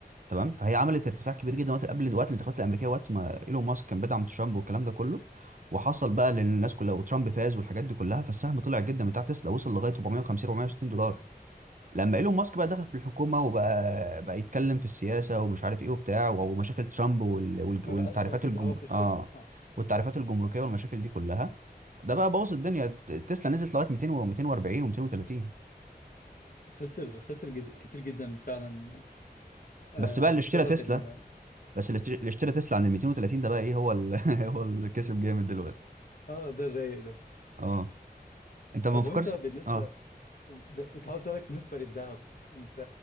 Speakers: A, on the right; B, on the left.
A: تمام فهي عملت ارتفاع كبير جدا وقت قبل وقت الانتخابات الامريكيه وقت ما ايلون ماسك كان بيدعم ترامب والكلام ده كله وحصل بقى للناس كلها وترامب فاز والحاجات دي كلها فالسهم طلع جدا بتاع تسلا وصل لغايه 450 460 دولار لما ايلون ماسك بقى دخل في الحكومه وبقى بقى يتكلم في السياسه ومش عارف ايه وبتاع ومشاكل ترامب وال... وال...
B: ما
A: والتعريفات
B: بقاش مركز
A: الجم...
B: قوي في الشركة
A: اه
B: اه
A: والتعريفات الجمركيه والمشاكل دي كلها ده بقى بوظ الدنيا تسلا نزلت لغايه 200 و 240 و230
B: خسر خسر جد... كتير جدا فعلا آه
A: بس بقى اللي
B: بسبب
A: اشترى تسلا
B: ال...
A: بس
B: م.
A: اللي اللي اشترى تسلا عند ال 230 ده بقى ايه هو ال... <laughs> هو اللي كسب جامد دلوقتي
B: اه ده الرايق ده
A: اه انت ما
B: طب
A: فكرتش
B: وانت بالنسبة
A: اه
B: ب- كنت عاوز اسالك بالنسبه للذهب انت